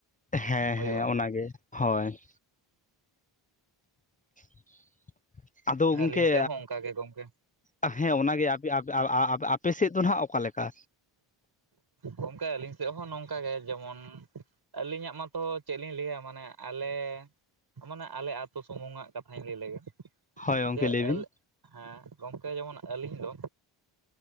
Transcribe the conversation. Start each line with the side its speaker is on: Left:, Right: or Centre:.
Left: ᱦᱮᱸ
Right: ᱦᱳᱭᱳᱜᱼᱟ
Left: ᱦᱮᱸ ᱚᱱᱟᱜᱮ
Right: ᱛᱚ᱾
Left: ᱦᱳᱭ <inaudible> ᱟᱫᱚ
Right: ᱦᱮᱸ
Left: ᱜᱚᱝᱠᱮ
Right: ᱟᱹᱞᱤᱧ ᱥᱮᱫ ᱦᱚᱸ ᱚᱱᱠᱟ ᱜᱮ ᱜᱚᱝᱠᱮ
Left: ᱟ, ᱦᱮᱸ ᱚᱱᱟᱜᱮ ᱟᱯᱮ ᱟᱯᱮ ᱟᱯᱮ ᱟᱯᱮ ᱥᱮᱫ ᱫᱚ ᱱᱟᱦᱟᱜ ᱚᱠᱟ ᱞᱮᱠᱟ?
Right: ᱜᱚᱝᱠᱮ ᱟᱹᱞᱤᱧ ᱥᱮᱫ ᱦᱚᱸ ᱱᱚᱝᱠᱟ ᱜᱮ, ᱡᱮᱢᱚᱱ ᱟᱹᱞᱤᱧᱟᱜ ᱢᱟᱛᱚ ᱪᱮᱫ ᱞᱤᱧ ᱞᱟᱹᱭᱟ? ᱢᱟᱱᱮ ᱟᱞᱮ ᱢᱟᱱᱮ ᱟᱞᱮ ᱟᱛᱳ ᱥᱩᱢᱩᱝᱼᱟᱜ ᱠᱟᱛᱷᱟᱧ ᱞᱟᱹᱭ ᱞᱮᱜᱮ
Left: ᱦᱳᱭ ᱜᱚᱝᱠᱮ
Right: ᱡᱮ
Left: ᱞᱟᱹᱭ ᱵᱤᱱ᱾
Right: ᱟᱹᱞ ᱦᱮᱸ ᱜᱚᱝᱠᱮ ᱡᱮᱢᱚᱱ ᱟᱹᱞᱤᱧ ᱫᱚ,